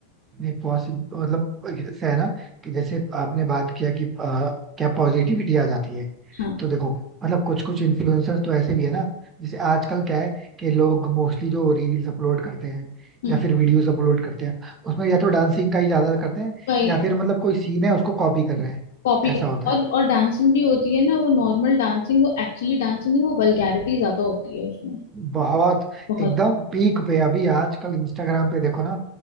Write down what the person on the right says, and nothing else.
नहीं पॉसिबल मतलब ऐसा है ना कि जैसे आपने बात किया कि अ, क्या पॉजिटिविटी आ जाती है
तो देखो मतलब कुछ कुछ इन्फ्लुएंसर्स तो ऐसे भी है ना जैसे आजकल क्या है कि लोग मोस्टली जो रील्स अपलोड करते हैं
या फिर वीडियोस अपलोड करते हैं उसमें या तो डांसिंग का ही ज्यादा करते हैं
या फिर मतलब कोई सीन है उसको कॉपी कर रहे हैं
ऐसा होता
है
बहुत
एकदम पीक पे अभी आजकल इंस्टाग्राम पे देखो ना